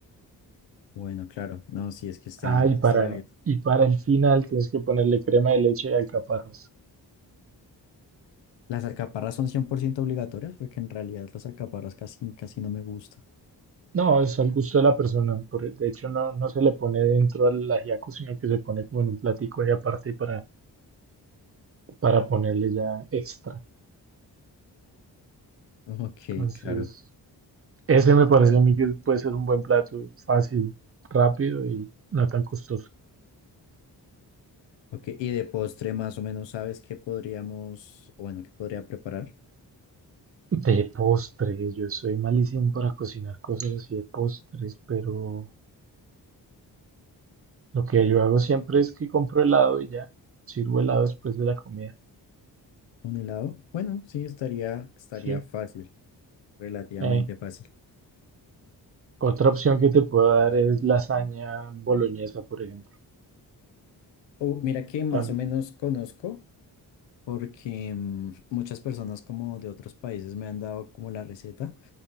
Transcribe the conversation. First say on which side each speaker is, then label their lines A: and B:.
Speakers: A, on the left (about 75°); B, on the right (about 30°).
A: Bueno, claro. No, sí, es que está,
B: Ah, y para,
A: está larguito.
B: y para el final tienes que ponerle crema de leche y alcaparras.
A: Las alcaparras son 100% obligatorias porque en realidad las alcaparras casi, casi no me gustan.
B: No, es al gusto de la persona. por- de hecho, no, no se le pone dentro al ajiaco, sino que se pone como en un platico ahí aparte para, para ponerle ya extra.
A: Ok,
B: Entonces,
A: claro.
B: ese me parece a mí que puede ser un buen plato, fácil, rápido y no tan costoso.
A: Ok, y de postre más o menos sabes qué podríamos, o bueno, qué podría preparar.
B: De postres, yo soy malísimo para cocinar cosas así de postres, pero lo que yo hago siempre es que compro helado y ya, sirvo helado después de la comida.
A: ¿Un helado? Bueno, sí, estaría, estaría
B: Sí.
A: fácil, relativamente
B: Eh,
A: fácil.
B: otra opción que te puedo dar es lasaña boloñesa, por ejemplo.
A: O mira que más
B: Tan
A: o menos conozco porque mm, muchas personas como de otros países me han dado como la receta